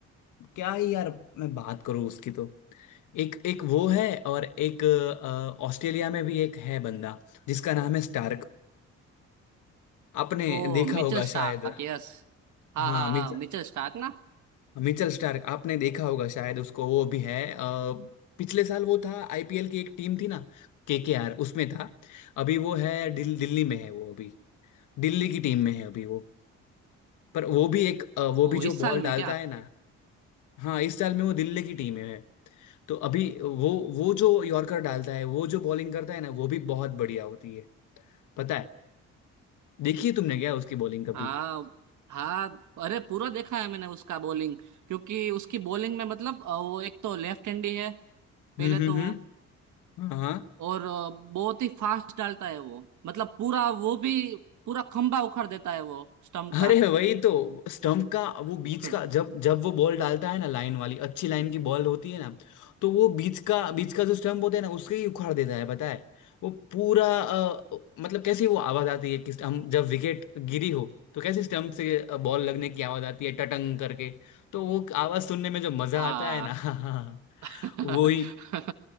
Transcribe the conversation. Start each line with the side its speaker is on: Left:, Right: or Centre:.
Left: क्या ही यार मैं बात करूँ उसकी तो एक एक वो है और एक अ, ऑस्ट्रेलिया में भी एक है बंदा जिसका नाम है स्टार्क आपने
Right: ओ
Left: देखा
Right: मिचेल
Left: होगा
Right: स्टार्क
Left: शायद
Right: यस हाँ
Left: हाँ
Right: हाँ
Left: मिचेल
Right: हाँ मिचेल स्टार्क ना
Left: मिचेल स्टार्क आपने देखा होगा शायद उसको वो भी है अ, पिछले साल वो था आईपीएल की एक टीम थी ना केकेआर उसमें था अभी वो है दिल, दिल्ली में है वो अभी दिल्ली की टीम में है अभी वो पर वो भी एक अ, वो
Right: ओ
Left: भी जो
Right: इस
Left: बॉल
Right: साल
Left: डालता
Right: में क्या
Left: है ना हाँ इस साल में वो दिल्ली की टीम में है तो अभी वो वो जो यॉर्कर डालता है वो जो बॉलिंग करता है ना वो भी बहुत बढ़िया होती है पता है देखिए तुमने क्या उसकी बॉलिंग कभी
Right: हाँ हाँ अरे पूरा देखा है मैंने उसका बॉलिंग क्योंकि उसकी बॉलिंग में मतलब अ, वो एक तो लेफ्ट हैंडी है पहले
Left: हम्म
Right: तो
Left: हम्म
Right: वो
Left: हम्म हाँ हाँ
Right: और अ, बहुत ही फास्ट डालता है वो मतलब पूरा वो भी पूरा खंभा उखाड़ देता है वो स्टंप का
Left: अरे वही तो स्टंप का वो बीच
Right: <laughs>
Left: का जब जब वो बॉल डालता है ना लाइन वाली अच्छी लाइन की बॉल होती है ना तो वो बीच का बीच का जो स्टंप होता है ना उसके ही उखाड़ देता है पता है वो पूरा अ, मतलब कैसी वो आवाज आती है कि हम जब विकेट गिरी हो तो कैसी स्टंप से बॉल लगने की आवाज आती है टटंग करके तो वो आवाज सुनने में जो मजा
Right: आ
Left: आता है ना
Right: <laughs>
Left: <laughs> वो ही